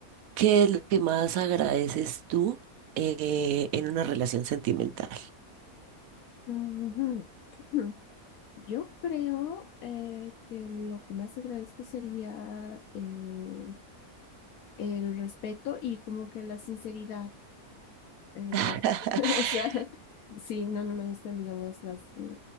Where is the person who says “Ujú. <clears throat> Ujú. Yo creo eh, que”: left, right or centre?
Left